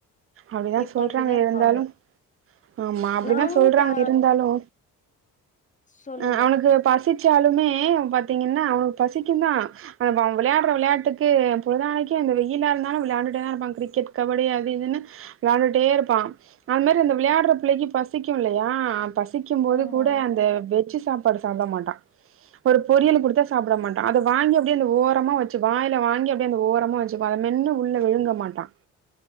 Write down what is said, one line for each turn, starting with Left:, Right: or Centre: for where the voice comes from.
Right: அப்டிதா
Left: இப்ப
Right: சொல்றாங்க
Left: அப்படிதான் இருப்பாங்க.
Right: இருந்தாலு ஆமா அப்பிடிதா
Left: நானும்
Right: சொல்றாங்க
Left: கா
Right: இருந்தாலு
Left: சொல்லுங்க.
Right: ஆ அவனுக்கு பசி ச்சாலுமே அவ பாத்தீங்கனா அவனுக்கு பசிக்குந்தா அவ பா விளையாடுற விளையாட்டுக்கு பொழுதான்னைக்கி இந்த வெயிலா இருந்தாலு விளையாண்டுட்டேதா இருப்பா கிரிக்கெட் கபடி அது இதுன்னு விளையாண்டுட்டே இருப்பா அவன மாரி இந்த விளையாடுற புள்ளைக்கி பசிக்கு இல்லையா பசி க்கும்போது
Left: ஆமா.
Right: கூட அந்த வெஜ் ஜு சாப்பாடு சாப்ட மாட்டா ஒரு பொரியலு குடுத்தா சாப்ட மாட் ட்டா அத வாங்கி அப்டியே இந்த ஓரமா வெச்சு வாயில வாங்கி அப்டியே அந்த ஓரமா வெச்சுப்பா அத மென்னு உள்ள விழுங்க மாட்டா